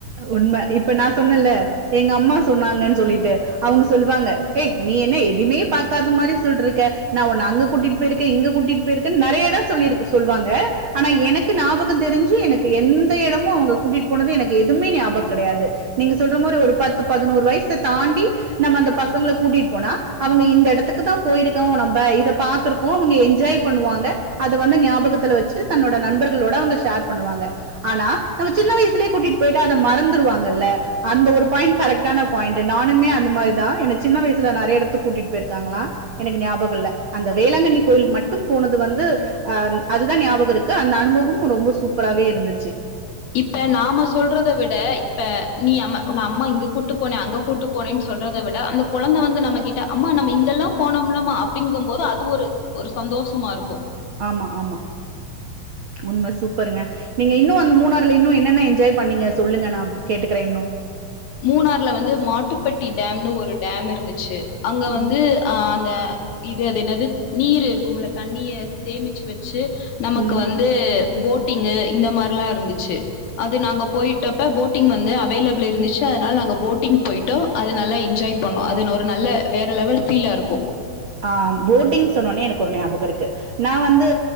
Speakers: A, on the right; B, on the left.
A: உண்ம இப்ப நா சொன்னல்ல எங்க அம்மா சொன்னாங்கன் சொல்லிட்டு அவங்க சொல்வாங்க ஏ நீ என்ன எதுமே பாக்காத மாரி சொல்ட்ருக்க நா உன்ன அங்க கூட்டிட்டு போயிருக்கே இங்க கூட்டிட்டு போயிருக்கேன்னு நெறைய எடோ சொல்லிருக்கு சொல்வாங்க. ஆனா எனக்கு ஞாபகோ தெரிஞ்சு எனக்கு எந்த எடமு அவங்க கூட்டிட்டு போனது எனக் எதுமே ஞாபகோ கெடையாது. நீங்க சொல்ற மாரி ஒரு பத்து பதனோரு வயசு தாண்டி நம்ம அந்த பசங்கள கூட்டிட்டு போனா அவங்க இந்த எடத்துக்குதா போயிருக்கோ நம்ப இத பாத்திருக்கோ அவங்க என்ஜாய் பண்ணுவாங்க அத வந்து ஞாபகத்துல வெச்சிட்டு தன்னோட நண்பர்களோட அவங்க ஷேர் பண்ணுவாங்க. ஆனா, நம்ம சின்ன வயசுலயே கூட்டிட் டு போயிட்டா அத மறந்துருவாங்கல்ல. அந்த ஒரு பாயிண்ட் கரெக்டான பாயிண்ட்டு நானுமே அந்த மாரிதா. என்ன சின்ன வயசுல நெறைய எடத்துக்கு கூட்டிட்டு போயிருக்காங்களா எனக்கு ஞாபகோ இல்ல. அந்த வேளாங்கண்ணி கோயில் மட்டும் போனது வந்து ஆ அதுதா ஞாபகோ இருக்கு அந்த அனுபவமு ரொம்ப சூப்பராவே இருந்துச்சு.
B: இப்ப நாம சொல்றத விட இப்ப நீ அம்மா உன்ன அம்மா இங்க கூட்டு போனே, அங்க கூட்டு போனேன்னு சொல்றத விட அந்த கொழந்த வந்து நம்மகிட்ட அம்மா நம்ம இங்கெல்லா போனமுல்லமா அப்டிங்கும்போது அது ஒரு ஒரு சந்தோஷமா இருக்கு.
A: ஆமா ஆமா உண்ம சூப்பருங்க. நீங்க இன்னு அந்த மூணாறுல இன்னு என்னென்ன என்ஜாய் பண்ணீங்க சொல்லுங்க நா கேட்டுக்கிறே இன்னு.
B: மூணார்ல வந்து மாட்டுப்பட்டி டேம்னு ஒரு டேம் இருந்துச்சு. அங்க
A: ம்
B: வந்து ஆ அந்த இ து அது என்னது நீர் இருக்கும்ல தண்ணிய சேமிச்சு வச்சு நமக்கு
A: ம்
B: வந்து போட்டிங்கு இந்த மாரிலா இருந்துச்சு அது நாங்க போயிட்டப்ப போட் டிங் வந்து அ வைலபிள் இருந்துச்சு அங்க போட்டிங் போய்ட்டோ அது நல்லா என்ஜாய் பண்ணோ அது ஒரு நல்ல வேற லெவல் ஃபீலா இருக்கு
A: ஆ போட்டிங் சொன்னோனே எனக்கு ஒரு ஞாபகோ இருக்கு. நா வந்து